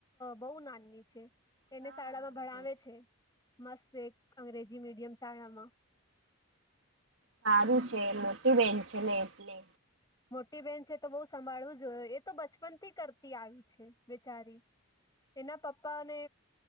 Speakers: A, on the left; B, on the right.
A: બહુ નાનની છે. એને
B: હા
A: શાળામાં ભણાવે છે મસ્ત એક અંગ્રેજી મીડિયમ શાળામાં.
B: સારું છે મોટી બેહેન છે ને એટલે.
A: મોટી બહેન છે તો બહુ સંભાળવું જો એ તો બચપન થી કરતી આવી છે બેચારી એના પપ્પા ને